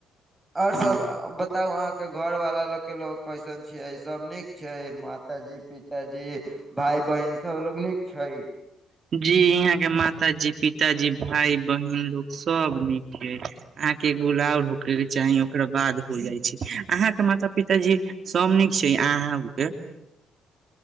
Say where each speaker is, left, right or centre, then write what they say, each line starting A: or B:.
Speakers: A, on the right; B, on the right.
A: आओर सब
B: हँ
A: बत तब अहाँके घर वाला ल के लोग कैसन छियै सब नीक छै माता जी पिताजी? भाय बहिन सबलोग नीक छै?
B: जी इहाँ के माताजी, पिताजी, भाय, बहिन लोक सब नीक छै। अहाँके गुलाउ रुकयके चाही ओकरा बाद हो जाइ छै, अहाँके माता पिताजी सभ नीक छै अहाँके?